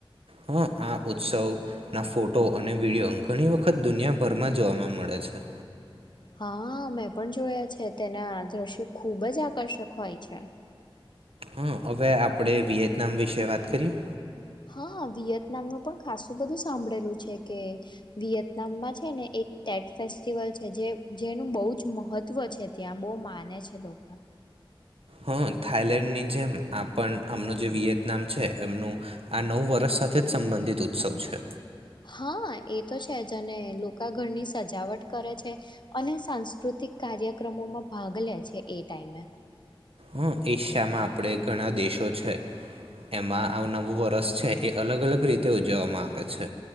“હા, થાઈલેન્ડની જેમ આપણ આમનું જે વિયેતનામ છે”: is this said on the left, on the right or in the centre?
Right